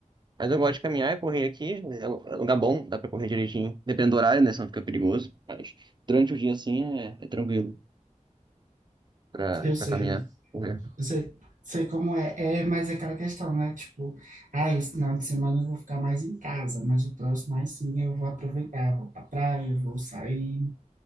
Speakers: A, on the right; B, on the right.
A: Mas eu gosto de caminhar e correr aqui. É lu- é lugar bom, dá pra correr direitinho. Dependendo do horário, né? Senão fica perigoso. Mas durante o dia, assim, é, é tranquilo pra,
B: Eu sei.
A: pra caminhar, correr.
B: Eu sei, sei como é, é, mas é aquela questão, né? Tipo, ah, esse final de semana eu vou ficar mais em casa, mas o próximo aí sim eu vou aproveitar, vou pra praia, eu vou sair,